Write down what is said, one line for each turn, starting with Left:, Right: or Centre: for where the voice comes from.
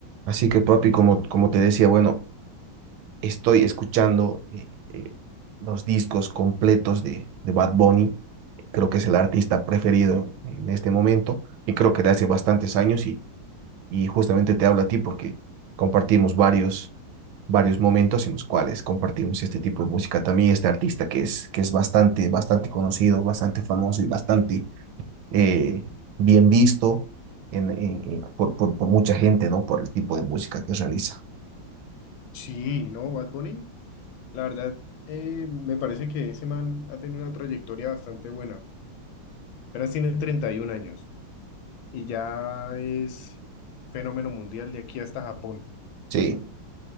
Right: Así que, papi, como, como te decía, bueno, estoy escuchando eh, eh, los discos completos de, de Bad Bunny. Creo que es el artista preferido en este momento y creo que de hace bastantes años y, y justamente te hablo a ti porque compartimos varios, varios momentos en los cuales compartimos este tipo de música. También este artista que es, que es bastante, bastante conocido, bastante famoso y bastante eh, bien visto en, en- en- por, por, por mucha gente, ¿no? Por el tipo de música que realiza.
Left: Sí, ¿no? Bad Bunny, la verdad, eh, me parece que ese man ha tenido una trayectoria bastante buena. Apenas tiene 31 años y ya es fenómeno mundial de aquí hasta Japón.
Right: Sí.